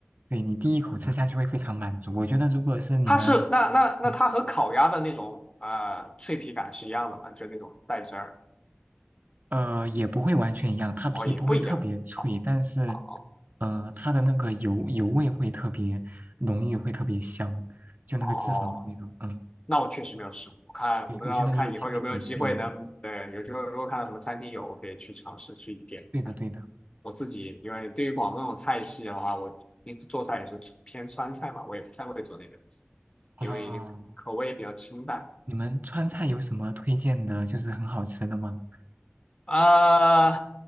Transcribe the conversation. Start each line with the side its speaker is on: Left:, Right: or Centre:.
Right: 对你第一口吃下去会非常满足。我觉得如果是你们，
Left: 它是那那那它和烤鸭的那种呃脆皮感是一样的吗？
Right: 嗯
Left: 就是那种带汁儿
Right: 呃，也不会完全一样，它皮不会特别脆，
Left: 哦，也不一样
Right: 但是，
Left: 啊
Right: 呃，它的那个油油味会特别浓郁，会特别香，就那个脂肪的味道。
Left: 哦。
Right: 嗯，
Left: 那我确实没有试过，我看我不知道看以后有没有机会能对，
Right: 对，我觉得你有机会可以试一试。
Left: 有机会如果看到什么餐厅有，
Right: 嗯，
Left: 我可以去尝试去点一下。
Right: 对的，对的。
Left: 我自己因为对于广东那种菜系的话，我平时做菜也是偏川菜嘛，我也不太会做那个，
Right: 啊，
Left: 因为口味比较清淡。
Right: 你们川菜有什么推荐的，就是很好吃的吗？
Left: 啊。